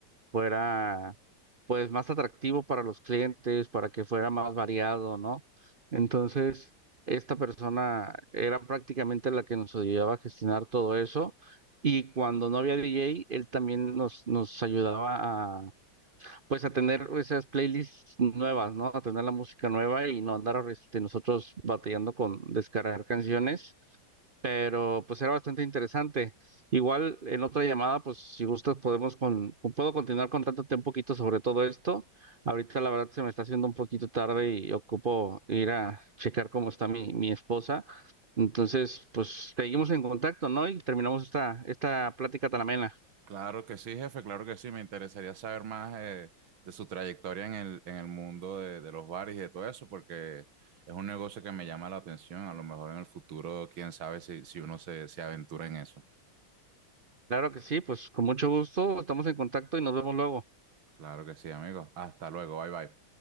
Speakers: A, on the right (about 55°); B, on the right (about 80°).
A: fuera pues más atractivo para los clientes, para que fuera más variado, ¿no? Entonces, esta persona era prácticamente la que nos ayudaba a gestionar todo eso y cuando no había DJ, él también nos, nos ayudaba a pues a tener esas playlists nuevas, ¿no? A tener la música nueva y no andar este, nosotros batallando con descargar canciones pero pues era bastante interesante. Igual en otra llamada, pues si gustas podemos con, puedo continuar contándote un poquito sobre todo esto. Ahorita la verdad se me está haciendo un poquito tarde y ocupo ir a checar cómo está mi, mi esposa. Entonces, pues seguimos en contacto, ¿no? Y terminamos esta, esta plática tan amena.
B: Claro que sí, jefe, claro que sí. Me interesaría saber más eh, de su trayectoria en el, en el mundo de, de los bares y de todo eso, porque es un negocio que me llama la atención. A lo mejor en el futuro, quién sabe si, si uno se, se aventura en eso.
A: Claro que sí, pues con mucho gusto, estamos en contacto y nos vemos luego.
B: Claro que sí, amigo. Hasta luego, bye bye.